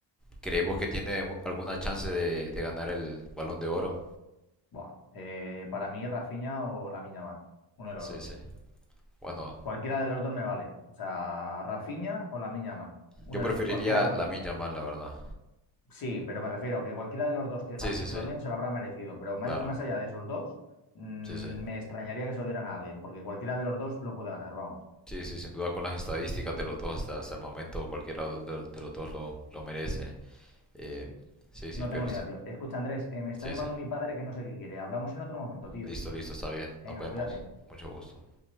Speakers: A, in the centre; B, on the left.
A: ¿creemos que tiene u- alguna chance de, de ganar el Balón de Oro?
B: Buah, eh, para mí, Rafinha o la Yamal, uno de los
A: Sí,
B: dos.
A: sí. Bueno,
B: Cualquiera de los dos me vale. O sea, Rafinha o la Yamal, uno
A: yo preferiría
B: de los- cualquiera de
A: la
B: los dos.
A: Lamine Yamal, la verdad.
B: Sí, pero me refiero a que cualquiera de los dos que-
A: Sí,
B: al
A: sí,
B: que
A: sí,
B: se lo den se lo habrá merecido. Pero más,
A: claro,
B: más allá de esos dos, mm,
A: sí, sí,
B: me extrañaría que se lo dieran a alguien, porque cualquiera de los dos lo puede ganar, vamos.
A: sí, sí, sin duda con las estadísticas de los dos hasta, hasta el momento cualquiera de, los de los dos lo, lo merece. Eh,
B: Sí.
A: sí, sí,
B: No
A: pero
B: tengo ni
A: sí,
B: idea, tío. Escucha, Andrés, eh, me está
A: sí,
B: llamando
A: sí,
B: mi padre que no sé qué quiere. Hablamos en otro momento, tío.
A: listo, listo, está bien,
B: Venga,
A: nos vemos,
B: cuídate.
A: mucho gusto.